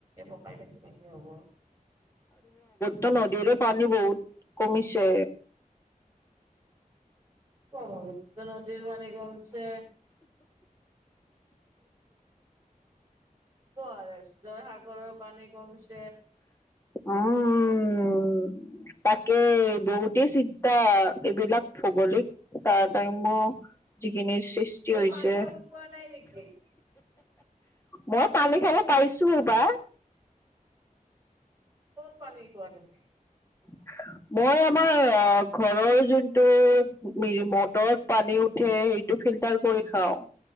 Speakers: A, on the right (about 25°); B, on the left (about 20°).
A: কৱাতকে, নে কি হব।
B: ত নদীৰো পানী বহুত কমিছে
A: ব্ৰহ্মপুত্ৰ নদীৰ পানী কমছে। মহাৰাষ্ট্ৰৰ সাগৰৰ পানী কমছে।
B: উম, তাকে বহুতেই চিন্তা এইবিলাক ভৌগোলিক তাৰটাম্য। যিখিনিৰ সৃষ্টি
A: তুমি
B: হৈছে
A: পানী খাব পোৱা নাই নেকি
B: মই পানী খাব। পাইছো বা।
A: কৰ পানী খোৱা তুমি।
B: <inaudible> মই আমাৰ অ ঘৰৰ যোনটো মিৰি মটৰত পানী উঠে। ইটো ফিল্টাৰ কৰি খাওঁ।